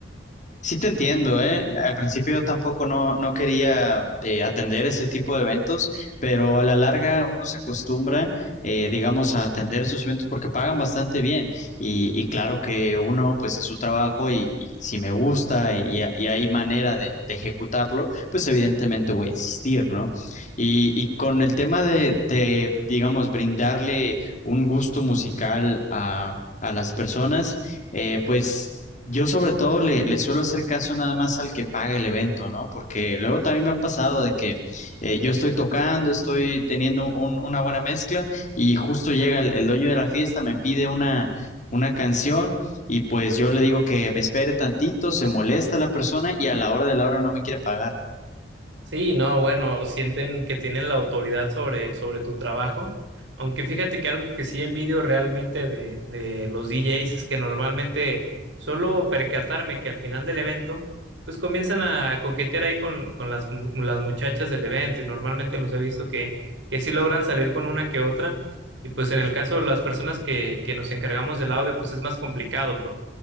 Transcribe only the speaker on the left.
Sí te entiendo, ¿eh? Al principio yo tampoco no, no quería eh, atender ese tipo de eventos, pero a la larga uno se acostumbra, eh, digamos, a atender esos eventos porque pagan bastante bien. Y, y claro que uno, pues es su trabajo y, y si me gusta y, y hay manera de, de ejecutarlo, pues evidentemente voy a asistir, ¿no? Y, y con el tema de, de, digamos, brindarle un gusto musical a, a las personas, eh, pues... Yo sobre todo le, le suelo hacer caso nada más al que paga el evento, ¿no? Porque luego también me ha pasado de que eh, yo estoy tocando, estoy teniendo un- una buena mezcla y justo llega el, el dueño de la fiesta, me pide una, una canción y pues yo le digo que me espere tantito, se molesta la persona y a la hora de la hora no me quiere pagar.